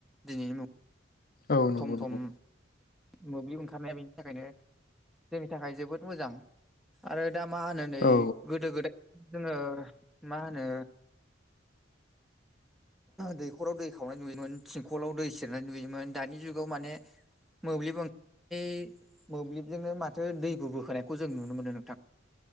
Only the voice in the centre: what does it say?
दिनैनि मुं
थम थम
मोब्लिब ओंखारनाया बेनि थाखायनो जोंनि थाखाय जोबोद मोजां आरो दा मा होनो नै
गोदो गोदाय जोङो मा होनो दैख'राव दै खावनाय नुयोमोन थिंखलाव दै सेरनाय नुयोमोन दानि जुगाव माने मोब्लिब ओं बे मोब्लिबजोंनो माथो दै बो बोखोनायखौ जों नुनो मोनो नोंथां।